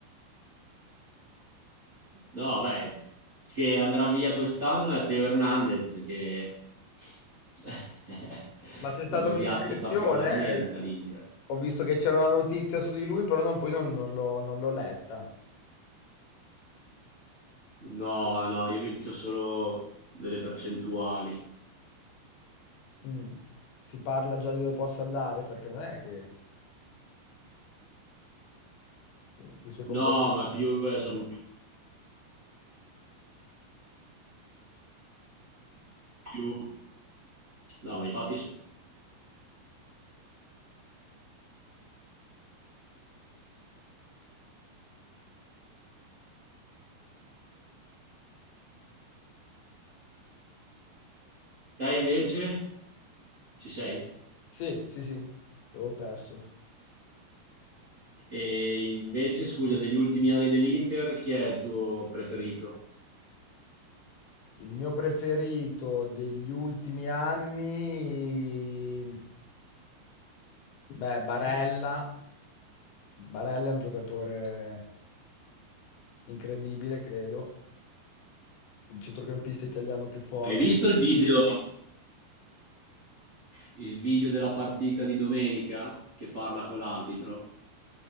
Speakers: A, on the right; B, on the left.
A: no, beh, che andrà via quest'anno è Teo Hernandez, che <laughs>
B: Ma c'è stata
A: lo odiate
B: un'indiscrezione?
A: particolarmente
B: eh? eh,
A: all'Inter.
B: Ho visto che c'era una notizia su di lui, però non- poi non, non l'ho non l'ho letta.
A: No, no, io ho visto solo delle percentuali.
B: Mm. Si parla già di dove possa andare, perché non è che... con i suoi comportamenti.
A: No, ma più, eh, sono più... No, ma infatti sono... Te invece? Ci sei?
B: Sì, sì, sì, ti avevo perso.
A: E invece, scusa, degli ultimi anni dell'Inter, chi è il tuo preferito?
B: Il mio preferito degli ultimi anni, beh, Barella. Barella è un giocatore incredibile, credo. Il centrocampista italiano più forte.
A: Hai visto il video, il video della partita di domenica che parla con l'arbitro?